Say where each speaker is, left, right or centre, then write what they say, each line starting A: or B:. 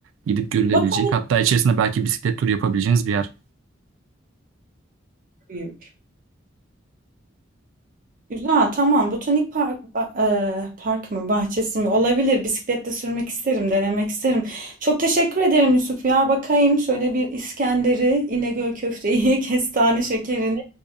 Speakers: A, on the right (about 80°); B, on the right (about 45°).
A: Gidip görülebilecek.
B: Botanik
A: Hatta içerisinde belki bisiklet turu yapabileceğiniz bir yer.
B: büyük. Güzel, tamam. Botanik park, ba- eee, park mı, bahçesi mi? Olabilir. Bisikletle sürmek isterim, denemek isterim. Çok teşekkür ederim Yusuf ya. Bakayım şöyle bir İskender'i, İnegöl köfteyi, <laughs> kestane şekerini